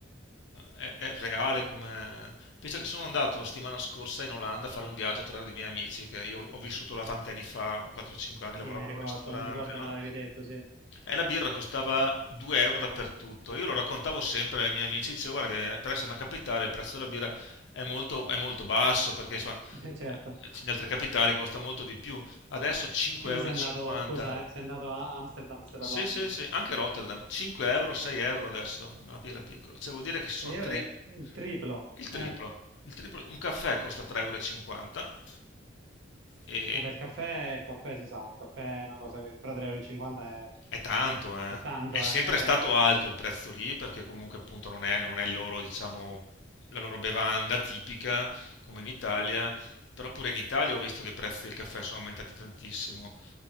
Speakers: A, on the left; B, on the right.
A: è, è reale come... Penso che sono andato la settimana scorsa in Olanda a fare un viaggio a trovare dei miei amici, che io ho vissuto là tanti anni fa, 4-5 anni,
B: Sì,
A: lavoravo
B: mi ricordo,
A: in un ristorante,
B: mi ricordo
A: no?
B: me l'avevi detto, sì,
A: E la birra costava 2 euro dappertutto. Io lo raccontavo sempre ai miei amici, dicevo, guarda che per essere una capitale il prezzo della birra è molto, è molto basso, perché insomma,
B: <laughs> Eh, certo.
A: eh, in altre capitali costa molto di più. Adesso 5,50
B: Quindi
A: euro.
B: sei
A: e
B: andato,
A: cinquanta.
B: scusa, eh, sei andato a Amsterdam, stai
A: Sì,
B: parlando,
A: sì,
B: quindi
A: sì, anche Rotterdam, 5 euro, 6 euro adesso, ma era piccolo, cioè vuol dire che ci
B: 6
A: sono tri-
B: euro è il triplo.
A: il triplo,
B: Eh,
A: il triplo, un caffè costa 3,50 euro e cinquanta e
B: vabbè, il caffè, il caffè si sa, il caffè è una cosa che però 3,50 euro e cinquanta
A: è tanto, eh.
B: è, è tanto,
A: È sempre
B: eh. Eh,
A: Eh, stato alto il prezzo lì perché comunque appunto non è, non è il loro, diciamo, la loro bevanda tipica come in Italia, però pure in Italia ho visto che i prezzi del caffè sono aumentati tantissimo,